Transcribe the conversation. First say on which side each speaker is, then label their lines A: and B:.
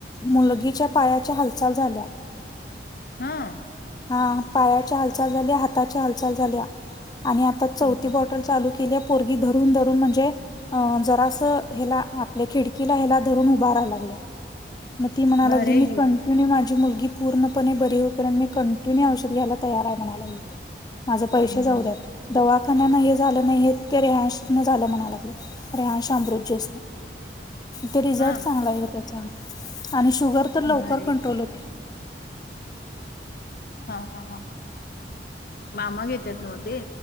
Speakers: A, on the left (about 25°); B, on the left (about 55°).
A: मुलगीच्या... पायाची हालचाल झाल्या...
B: हा....
A: हा पायाची हालचाल झाली हाताची हालचाल झाल्या आणि. चौथी
B: हम्म हम्म.
A: बॉटल चालू केली आहे पोरगी धरून धरून म्हणजे अ जरास हला आपल्या खिडकीला ह्याला धरून उभाराय लागले मग ती म्हणालागली
B: भारी आहे
A: मी
B: की.
A: कंटिन्यू माझ मुलगी पूर्णणे बरी होईपर्यंत मी कंटिन्यू औषध घ्यायला तयार आहे म्हयलाळते माझ पैसे
B: हा हा
A: जाऊ
B: हा.
A: द्यात दवाखान्यान हे झालं नाही हे ते रेहाशन झालं म्हणा लागले अरे आशाम रोज चस ते रिझल्ट
B: हा
A: चांगला आहे त्याचा आणि शुगर तर लवकर
B: भारी आहे
A: कंट्रोल
B: की.
A: होत्या
B: हा ह ह मामा घेतेत नव्हते